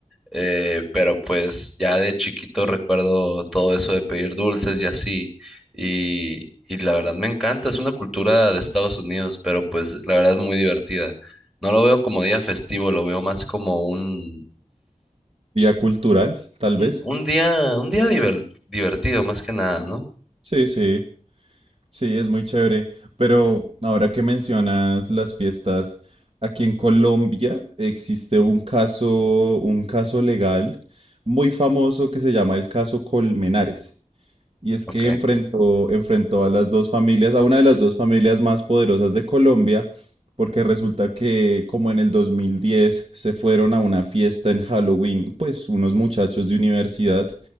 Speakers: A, in the centre; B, on the right.
A: eh, pero pues ya de chiquito recuerdo todo eso de pedir dulces y así, y, y la verdad me encanta, es una cultura de Estados Unidos, pero pues la verdad es muy divertida. No lo veo como día festivo, lo veo más como un,
B: ¿Vía cultural, tal
A: un,
B: vez?
A: un día, un día diver- divertido, más que nada, ¿no?
B: Sí, sí. Sí, es muy chévere, pero ahora que mencionas las fiestas, aquí en Colombia existe un caso, un caso legal muy famoso que se llama el caso Colmenares. Y es
A: Ok.
B: que enfrentó, enfrentó a las dos familias, a una de las dos familias más poderosas de Colombia, porque resulta que como en el 2010 se fueron a una fiesta en Halloween, pues unos muchachos de universidad,